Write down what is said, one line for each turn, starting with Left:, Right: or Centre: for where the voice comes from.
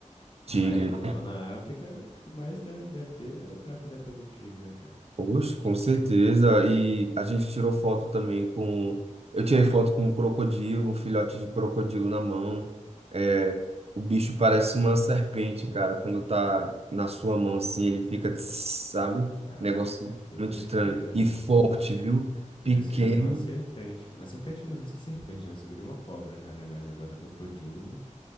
Right: Tigre.
Left: Aí lá na África, o que mais de- deve ter é lugar que dá pra ver um tigre, né, cara?
Right: Poxa, com certeza. E a gente tirou foto também com. Eu tirei foto com um crocodilo, um filhote de crocodilo na mão. É, o bicho parece uma serpente, cara. Quando tá na sua mão assim, ele fica, tss, sabe?
Left: Caraca,
Right: Negócio
Left: que
Right: muito
Left: doideira.
Right: estranho. E forte, viu?
Left: Ele
Right: Pequeno.
Left: segurou uma serpente. Mas serpente, não sei se é serpente, né? Mas segurei uma cobra já, né? Mas agora crocodilo.